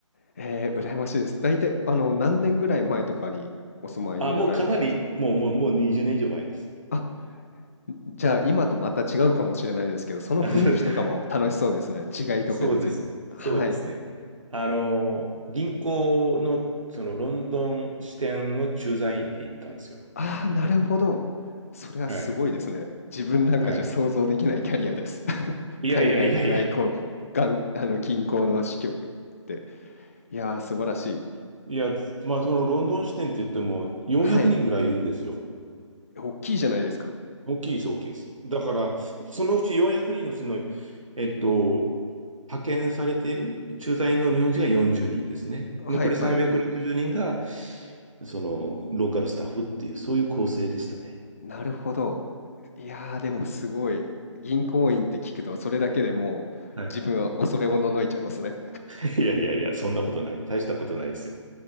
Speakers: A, on the left; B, on the right.
A: えー、羨ましいです。大体、あの、何年ぐらい前とかにお住まいになられてたんです
B: あ、もうかなり、もう、もう、もう20年以上前です。
A: かじゃあ今とまた違うかもしれないですけど、その雰囲気とかも楽しそうですね。
B: <laughs>
A: 違いとかについて。
B: そうですね。
A: はい。
B: そうですね。あの、銀行の、そのロンドン支店の駐在員で行ったんですよ。
A: ああ、なるほど。それはすごいですね。
B: はい。
A: 自分なんかじゃ想像できないキャリアです。
B: はい。
A: <laughs>
B: いやいやいやいや、
A: 海外の外交、がんあの近郊の支局って。いやー、素晴らしい。
B: いや、つまあ、そのロンドン支店って言っても400人ぐらいいるんですよ。
A: はい。大きいじゃないですか。
B: 大きいです、大きいです。だから、そのうち400人のうちの、えっと、派遣されている駐在の日本人が40人ですね。
A: はいはい。
B: 残り360人が、その、ローカルスタッフっていう、そういう構成でしたね。
A: なるほど。いやー、でもすごい。銀行員って聞くと、それだけでもう自分は恐れおののいちゃいますね。
B: はい。<laughs> いやいやいや、そんなことない。大したことないですよ。